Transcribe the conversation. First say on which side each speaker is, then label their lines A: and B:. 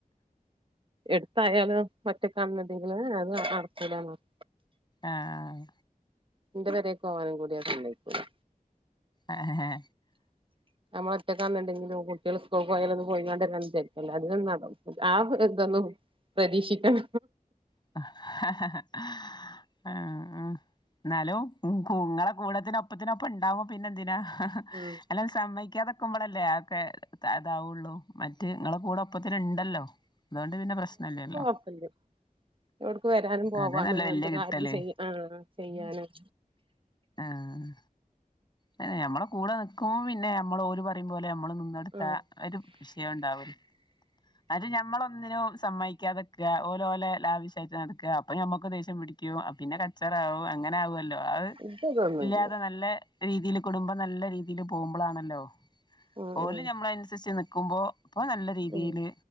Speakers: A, on the right (about 35°); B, on the left (about 30°).
A: എട്ത്തായാലും ഒറ്റക്ക് ആണന്നുണ്ടങ്കില് അത് നടക്കൂല ന്നർഞ്
B: ആഹ്
A: ഇന്റെ പെരേക്ക് പോവാനും കൂടി അഹ് സമ്മയ്ക്കുല
B: ആഹ
A: ഉ നമ്മള് ഒറ്റക്ക് ആണ്ന്ന്ണ്ടെങ്കിലും കുട്ടിഴള് സ്കൂൾക്ക്‌ പോയാലന്നും പോയിങ്ങാണ്ട് <unintelligible> ആ ഇതൊന്നും പരീക്ഷിക്കണം
B: ഉ ഉ ന്നാലും ഉം ങ്ങളെ കൂടെത്തിന് ഒപ്പത്തിന് ഒപ്പം ഇണ്ടാവുമ്പോ പിന്നെ എന്തിനാ
A: ഉം
B: അല്ല അത് സമ്മയ്ക്കാതക്കുമ്പളല്ലേ അഒക്കെ അതാവുള്ളൂ മറ്റേ ങ്ങളെ കൂടെ പ്പത്തിന് ഇണ്ടല്ലോ അതു കൊണ്ട് പിന്നെ പ്രശ്ന ഇല്ലല്ലോ
A: <unintelligible> എവ്ട്ക്കു വരാനും പോവാനും
B: അതന്നെല്ലേ വല്യ
A: എന്ത്
B: കിട്ടല്
A: കാര്യം ചെയ്യ ആ ചെയ്യാനും
B: ആഹ് തന്നെ ഞമ്മള കൂട നിക്കുമ്പം പിന്നെ ഞമ്മള് ഓര് പ റിം പോലെ അമ്മളും നിന്നൊട്ത്താ
A: ഉം
B: ഒരു വിഷയം ഇണ്ടാവു അത് ഞമ്മള ഒന്നിനും സമ്മയിക്കാതക്ക ഓ ഓല് ലാവിഷ്യായിട്ട് നടക്ക അപ്പൊ ഞമ്മക്ക് ദേശ്യം പിടിക്കും പിന്നെ കച്ചറ ആവും അങ്ങനെ ആകുവല്ലോ അഹ്
A: ഇത് ഇതൊന്നുല്ല
B: ഇല്ല്യാതെ നല്ല രീതില് കുടുംബം നല്ല രീ ലില് പോവുമ്പളാണല്ലോ
A: ഉം
B: ഓല്
A: ഉം
B: ഞമ്മള അൻസരിച്ച് നിക്കുമ്പോ ഇപ്പ നല്ല രീതിയില്
A: ഉം